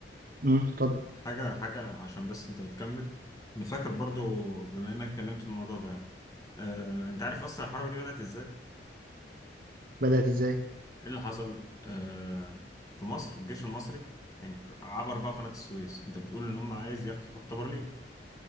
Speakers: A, on the right; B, on the left.
A: امم اتفضل
B: حاجه حاجه عشان بس انت بتكمل انا فاكر برضو بما انك اتكلمت في الموضوع ده يعني آه، انت عارف اصلا الحرب دي بدأت ازاي؟ ايه
A: بدأت ازاي
B: اللي حصل؟ آه، في مصر الجيش المصري يعني عبر بقى قناة السويس، انت بتقول ان هم عايز ياخد خط بارليف،